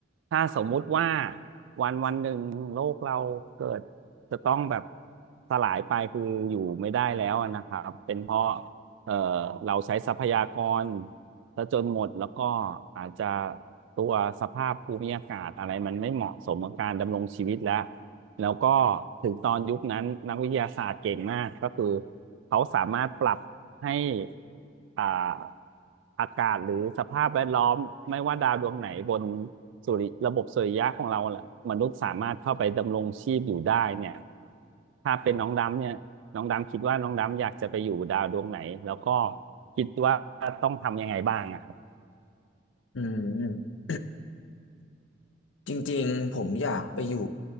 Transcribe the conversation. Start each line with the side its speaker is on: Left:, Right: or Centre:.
Right: ถ้าสมมุติว่าวันวันหนึ่งโลกเราเกิดจะต้องแบบสลายไปคืออยู่ไม่ได้แล้วอะนะครับเป็นเพราะเอ่อเราใช้ทรัพยากรซะจนหมดแล้วก็อาจจะตัวสภาพภูมิอากาศอะไรมันไม่เหมาะสมกับการดำรงชีวิตแล้ว แล้วก็ถึงตอนยุคนั้นนักวิทยาศาสตร์เก่งมากก็คือเขาสามารถปรับให้อ่าอากาศหรือสภาพแวดล้อมไม่ว่าดาวดวงไหนบนสุริระบบสุริยะของเราแหละมนุษย์สามารถเข้าไปดำรงชีพอยู่ได้เนี่ยถ้าเป็นน้องดำเนี่ยน้องดำคิดว่าน้องดำอยากจะไปอยู่ดาวดวงไหนแล้วก็คิดว่าต้องทำยังไงบ้างอะครับ
Left: อืมจริงๆผมอยากไปอยู่